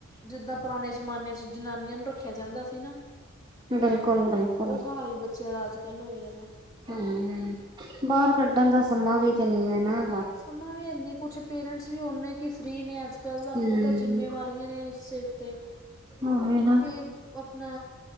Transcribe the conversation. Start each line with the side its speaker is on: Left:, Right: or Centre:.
Left: ਜਿੱਦਾਂ ਪੁਰਾਣੇ ਜ਼ਮਾਨੇ ਚ ਜਨਾਨੀਆਂ ਨੂੰ ਰੱਖਿਆ ਜਾਂਦਾ ਸੀ ਨਾ।
Right: ਬਿਲਕੁਲ-ਬਿਲਕੁਲ
Left: ਓ ਹਾਲ ਬੱਚਿਆਂ ਦਾ ਅੱਜ ਕੱਲ ਹੋ ਗਿਆ ਵੈ।
Right: ਹੂੰ, ਬਾਰ ਕੱਢਣ ਦਾ ਸਮਾਂ ਵੀ ਤੇ ਨੀ ਐ ਨਾ ਹੈਗਾ।
Left: ਸਮਾਂ ਵੀ ਹੈਨੀ, ਕੁਛ ਪੇਰੈਂਟਸ ਵੀ ਉਨੇ ਕਿ ਫਰੀ ਨੇ ਅੱਜ ਕੱਲ, ਤੁਹਾਨੂੰ
Right: ਹੂੰ,
Left: ਪਤਾ ਜ਼ਿੰਮੇਵਾਰੀਆਂ ਨੇ ਸਿਰ ਤੇ
Right: ਉਹੀ ਨਾ
Left: ਤੇ ਆਪਣਾ